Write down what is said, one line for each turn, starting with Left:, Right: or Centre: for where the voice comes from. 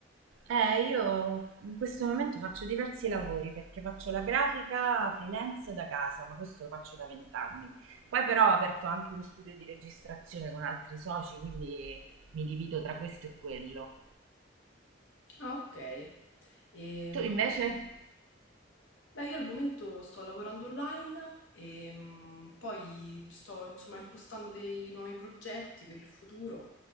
Right: eh, io in questo momento faccio diversi lavori perché faccio la grafica freelance da casa, ma questo lo faccio da vent'anni. Poi però ho aperto anche uno studio di registrazione con altri soci, quindi mi divido tra questo e quello.
Left: Ah, ok. Ehm,
Right: Tu invece?
Left: beh, io al momento sto lavorando online e mm, poi sto insomma impostando dei nuovi progetti per il futuro.